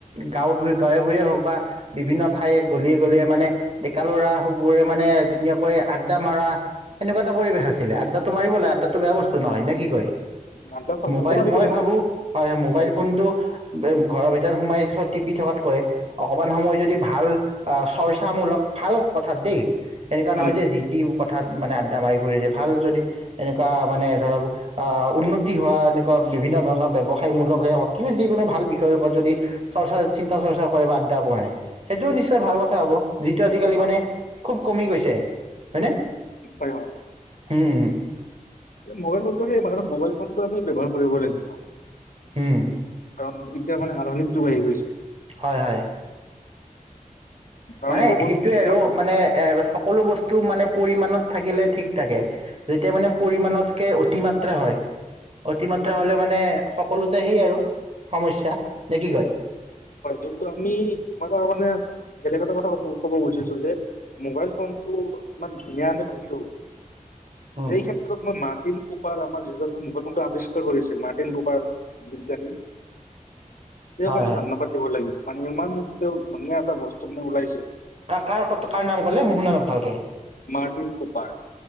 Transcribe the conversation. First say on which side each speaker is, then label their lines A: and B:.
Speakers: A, on the right; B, on the left.
A: গাঁও ভূ গাঁও ভূৰে হওক বা বিভিন্ন ঠাই গলিয়ে গলিয়ে মানে ডেকা ল'ৰা হুকবোৰে মানে ধুনীয়াকৈ আড্ডা মৰা সেনেকুৱা এটা পৰিবেশ আছিলে, আড্ডাত মাৰিব লাগে আদ্দা টো বেয়া বস্ত্ত নহয় নে কি কয়?
B: ধান্দা
A: মোবাইল
B: ধান্দা মাৰিব
A: মই ভাবো মোবাইল ফোনটো ঘৰৰ ভিতৰত সোমাই টিপি থকাতকৈ অকমান সময় যদি ভাল আ চৰ্চামূলক ভাল কথাত দেই এনেকুৱা
B: লাগিব
A: নহয় যে যি টি কথাত মানে আড্ডা মাৰি ফুৰিছে ভাল যদি এনেকুৱা মানে ধৰা উন্নত হোৱা এনেকুৱা বিভিন্ন ধৰণৰ ব্যৱসায়মূলক স হিব যিকোনো ভাল বিষয়ৰ ওপৰত যদি চৰ্চা চিন্তা চ চৰ্চা কৰে বা আদ্দা কৰে সেইটোও নিশ্চয়
B: হয়
A: ভাল কথা হ'ব যিটো আজিকালি
B: ভাল
A: মানে
B: ভাল
A: খুব কমি গৈছে, হয়নে?
B: হয়-হয়
A: উম
B: মোবাইল ফোনটো সেই মান মোবাইল ফোনটো আমি ব্যৱহাৰ কৰিব লাগিব।
A: উম
B: কাৰণ এতিয়া মানে আধুনিক যুগ আহি গৈছে।
A: হয় - হয়।
B: কাৰণ
A: মানে
B: বহুত
A: সেইটোৱে
B: কিছুমান
A: আৰু। মানে এ সকলো বস্তু মানে পৰিমাণত থাকিলে ঠিক থাকে। যেতিয়া মানে পৰিমাণতকে অতিমাত্ৰা হয় অতিমাত্ৰা হ'লে মানে সকলোতে সেই আৰু সমস্যা, নে কি কয়?
B: হয় কিন্তু আমি আমাৰ ত মানে বেলেগ এটা কথা কবো ক'ব খুজিছো যে মোবাইল ফোনটো ইমান ধুনীয়া আমি পাইছোঁ
A: উম
B: এই ক্ষেত্ৰত মই মাক টিন কুপাৰ আমাৰ যিজনে মুখ মণ্ডল আৱিষ্কাৰ কৰিছিল মাৰ্টিন কুপাৰ বিজ্ঞানী তেওঁক
A: হয়
B: আমি
A: হয়
B: ধন্যবাদ দিব লাগিব মানে ইমান তেওঁক ধুনীয়া এটা বস্তু মানে ওলাইছে
A: কা কাৰ কাৰ নাম ক'লে মই শুনা নাই ভালকে
B: মাৰ্টিন কুপাৰ